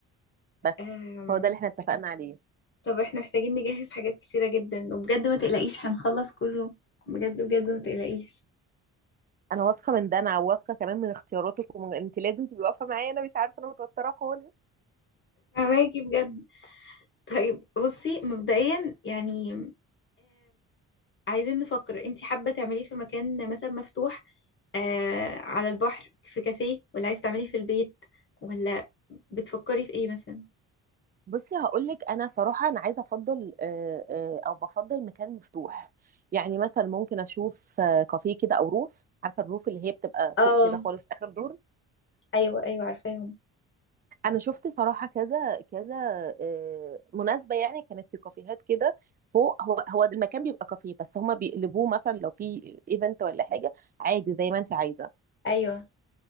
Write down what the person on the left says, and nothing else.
أم...
طب احنا محتاجين نجهز حاجات كتيرة جدا وبجد ما تقلقيش هنخلص كله بجد بجد ما تقلقيش
فهماكي بجد طيب بصي مبدئيا يعني عايزين نفكر انت حابة تعمليه في مكان مثلا مفتوح آه على البحر في كافيه ولا عايز تعمليه في البيت ولا بتفكري في ايه مثلا
اه
ايوه ايوه عارفاهم
ايوه